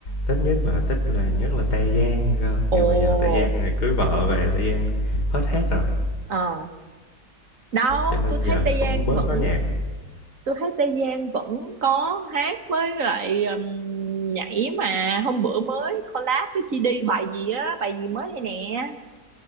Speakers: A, on the left; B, on the right.
A: thích nhất là thích là nhất là Tae Yang cơ,
B: Ồ.
A: nhưng mà giờ Tae Yang cưới vợ về, Tae Yang hết hát rồi,
B: Ờ. Đâu,
A: cho nên
B: tôi thấy
A: giờ
B: Tây
A: cũng
B: Giang
A: bớt
B: vẫn
A: có nhạc.
B: tôi thấy Tây Giang vẫn có hát với lại um, nhảy mà hôm bữa mới collab với chị đi bài gì á, bài gì mới đây nè.